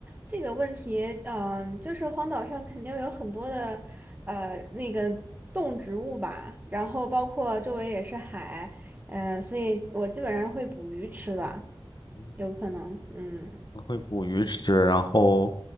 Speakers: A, on the right; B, on the left.
A: 这个问题，嗯、就是荒岛上肯定有很多的呃那个动植物吧，然后包括周围也是海，嗯，所以我基本上会捕鱼吃的，
B: 嗯
A: 有可能，嗯，
B: 我会捕鱼吃，然后